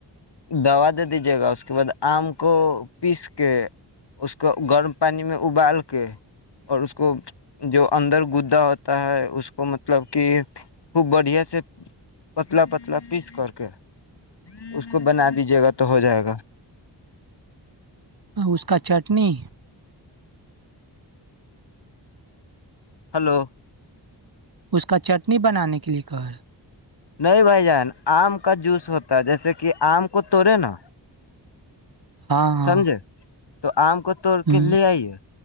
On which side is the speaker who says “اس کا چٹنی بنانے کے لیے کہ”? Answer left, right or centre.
Right